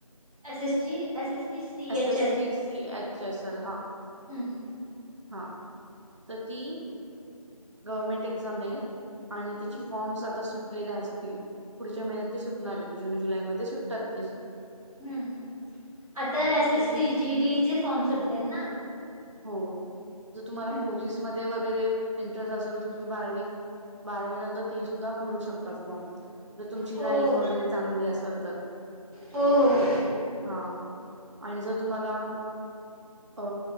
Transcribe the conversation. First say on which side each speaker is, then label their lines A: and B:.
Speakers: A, on the right; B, on the right.
A: एस एस ची S S C C
B: S
A: H
B: S C C H S L हा
A: हम्म
B: हा तर ती गव्हर्मेंट एक्झाम हे आणि तिची
A: हम्म
B: फॉर्म्स आता सुटलेले असतील पुढच्या महिन्यात ते सुटणार हेत जून जुलै मध्ये सुटतात तेच
A: हम्म आता असे
B: तर तुम्ही
A: सी जी डी चे फॉर्म सुटलेत ना.
B: हो जर तुम्हाला
A: हम्म.
B: पोलीसमध्ये वगैरे इंटरेस्ट असेल तर तुम्ही बारावी बारावी नंतर ते सुद्धा भरू शकतात फॉर्म तर तुमची
A: हो
B: रनिंग
A: हो
B: वगैरे चांगली असल तर
A: हो हो हो.
B: हा आणि जर तुम्हाला अ